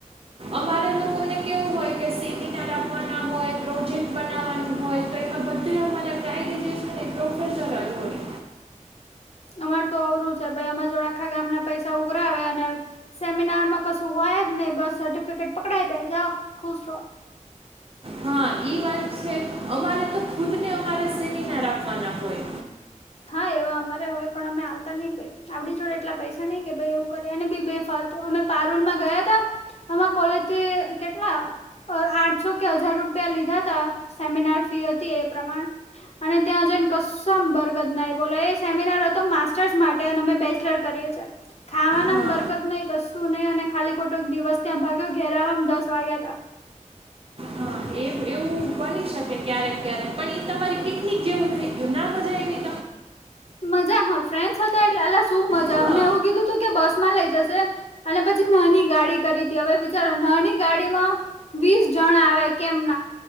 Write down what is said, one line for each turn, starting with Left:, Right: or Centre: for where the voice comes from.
Right: અમારે લોકોને કેવું હોય કે સેમિનાર રાખવાના હોય. પ્રોજેક્ટ બનાવવાનું હોય તો એમાં બધું અમારા કાયગ જે છે ને એક પ્રોફેસર જ હોય.
Left: અમાર તો અવરું છે ભાઈ અમાં જોળ આખા ગામ ના પૈસા ઉઘરાવે અને. સેમિનાર માં કશું હોય જ નહી બસ સર્ટિફિકેટ પકડાઈ દે જાવ ખુશ રો
Right: હા ઈ વાત છે અમારે તો ખુદ ને અમારે સેમિનાર આપવાના હોય.
Left: હા એવા અમારે હોય પણ અમે આવતા નહી ભાઈ. આપડી જોડે એટલા પૈસા નઈ કે ભાઈ એવું કરે એને બી બે ફાલતું અમે પારૂલમાં ગયા તા. આમાં કોલેજથી કેટલા અ આઠસો કે હજાર રૂપિયા લીધા હતા સેમિનાર ફી હતી એ પ્રમાણ. અને ત્યાં જઈ ને કશુ બર ના બોલો એ સેમિનાર હતો માસ્ટર્સ માટે અમે બેચલર કરીએ છીએ. ખાવાના
Right: હા
Left: બરકત નહિ કસ શું નહિ અને ખાલી ખોટો દિવસ ત્યાં ભાગ્યો ઘેરાવામ દસ વાગ્યા હતા.
Right: હા એવું બની શકે ક્યારેક ક્યારેક પણ એ તમારી પિકનિક જેવું થઈ ગયું ના મજા આવી
Left: મજા હા ફ્રેન્સ સાથે હતા એટલે અલા શું મજા
Right: હા
Left: અમને એવું કીધું તું કે બસ માં લઈ જશે અને પછી નાની ગાડી કરી હતી હવે વિચારો નાની ગાડીમાં વીસ જણ આવે કેમ ના